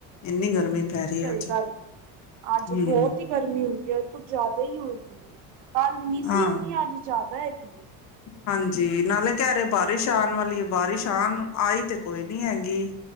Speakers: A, on the left; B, on the right.
A: ਇੰਨੀ ਗਰਮੀ ਪੈ ਰਹੀ
B: ਸਹੀ
A: ਹੈ ਅੱਜ,
B: ਗੱਲ ਅੱਜ
A: ਹੂੰ,
B: ਬਹੁਤ ਹੀ ਗਰਮੀ ਹੋਗੀ ਹੈ ਅੱਜ ਕੁੱਛ ਜ਼ਿਆਦਾ ਹੀ ਹੋਗੀਈ ਹੈ ਕ ਇ ਨਨੀ ਸੀ
A: ਹਾਂ।
B: ਇੰਨੀ ਅੱਜ ਜ਼ਿਆਦਾ ਹੈਗੀ
A: ਹਾਂਜੀ ਨਾਲੇ ਕਹਿ ਰਹੇ ਬਾਰਿਸ਼ ਆਉਣ ਵਾਲੀ ਬਾਰਿਸ਼ ਆਉਣ ਆਈ ਤੇ ਕੋਈ ਨੀ ਹੈਗੀ